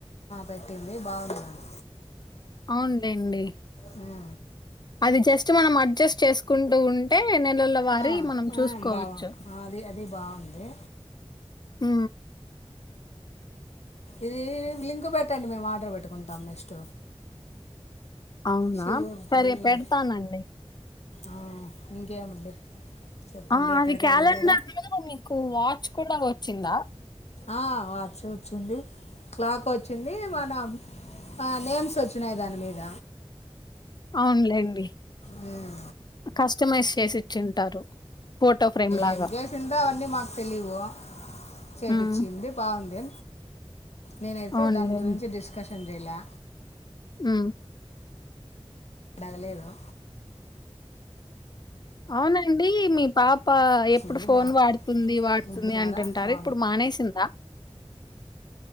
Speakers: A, on the left; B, on the left.
A: పెట్టింది ఆ ఆ బాగుంది మ్యామ్.
B: అవునులేండి
A: ఆ
B: అది జస్ట్ మనం అడ్జస్ట్ చేస్ కుంటూ ఉంటే నెలల వారి
A: ఆ,
B: మనం చూసుకోవచ్చు
A: ఆ, బావా ఆ, అది అది బాగుంది
B: ఉ
A: ఇది లింక్ పెట్టండి మేము ఆర్డర్ పెట్టుకుంటాం నెక్స్ట్
B: అవునా
A: శివుడిది
B: సరే పెడతానండి
A: ఆ ఇంకేమండి చెప్పండి
B: ఆ
A: ఎక్కడికి
B: అది క్యాలెండర్
A: వెళ్ళలేదా
B: లో మీకు వాచ్ కూడ వచ్చిందా
A: ఆ వాచ్ వచ్చింది క్లాక్ వచ్చింది మనం ఆ నేమ్స్ వచ్చినాయ్ దాని మీద
B: అవునులేండి
A: ఉ
B: కస్టమైజ్ చేసి ఇచ్చింటారు ఫోటో ఫ్రేమ్ లాగా
A: ఏం చేసిందో అవన్నీ మాకు తెలివు చేపిచింది
B: హ్మ్
A: బాగుంది నేనైతే
B: అవునులేండి
A: దాని గురించి డిస్కషన్ చేయలే
B: ఉ
A: అడగలేదు
B: అవునండి మీ పాప
A: చెప్పించింది
B: ఎప్పుడు ఫోన్
A: బాగుంది
B: వాడుతుంది వాడుతుంది
A: ఉడ్డున్నారా
B: అంటుంటారు
A: బాగుంది
B: ఇప్పుడు మానేసింద